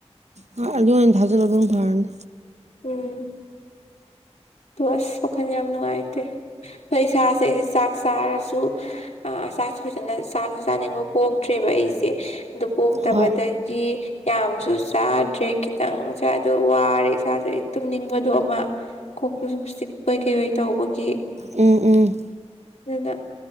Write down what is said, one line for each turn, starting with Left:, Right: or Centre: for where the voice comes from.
Right: ꯍꯣꯏ ꯑꯗꯨ ꯑꯣꯏꯅ ꯊꯖ ꯑꯗꯨꯅꯗꯨꯝ ꯐꯔꯅꯤ
Left: ꯎꯝ ꯑꯁ ꯋꯥꯈꯜ ꯌꯥꯝ ꯅꯨꯡꯉꯥꯏꯇꯦ ꯑꯩ ꯏꯁꯥꯁꯦ ꯑꯩꯁꯦ ꯆꯥꯛ ꯆꯥꯔꯁꯨ ꯑ ꯆꯥꯛꯁꯨ ꯐꯖꯅ ꯆꯥꯛꯁꯨ ꯆꯥꯅꯤꯡꯕ ꯄꯣꯛꯇ꯭ꯔꯦꯕ ꯑꯩꯁꯦ ꯑꯗꯨ ꯄꯣꯛꯇꯕꯗꯒꯤ
Right: ꯍꯣꯏ
Left: ꯌꯥꯝꯁꯨ ꯆꯥꯗ꯭ꯔꯦ ꯈꯤꯇꯪ ꯆꯥꯗꯣ ꯋꯥꯔꯦ ꯏꯁꯥꯁꯦ ꯇꯨꯝꯅꯤꯡꯕꯗꯣ ꯑꯃ ꯀꯣꯛꯇꯨ ꯁꯨꯝ ꯏꯁꯤꯛꯄꯣꯏ ꯀꯩꯕꯣꯏ ꯇꯧꯕꯒꯤ
Right: ꯎꯝ ꯎꯝ
Left: ꯑꯗꯨꯅ